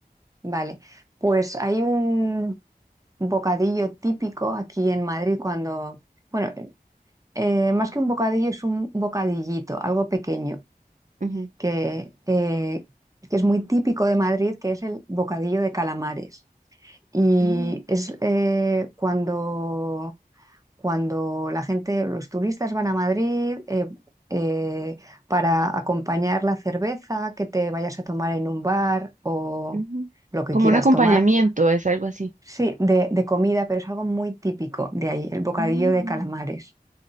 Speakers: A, on the right; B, on the right.
A: Vale. Pues hay un bocadillo típico aquí en Madrid cuando... Bueno, eh, más que un bocadillo, es un bocadillito, algo pequeño,
B: Ujú,
A: que, eh, que es muy típico de Madrid, que es el bocadillo de calamares. Y
B: ujú,
A: es eh, cuando, cuando la gente, los turistas van a Madrid eh, eh, para acompañar la cerveza que te vayas a tomar en un bar o
B: ujú.
A: lo que
B: Como
A: quieras
B: un acompañamiento,
A: tomar.
B: es algo así.
A: Sí, de, de comida, pero es algo muy típico de ahí, el bocadillo
B: Ujú.
A: de calamares.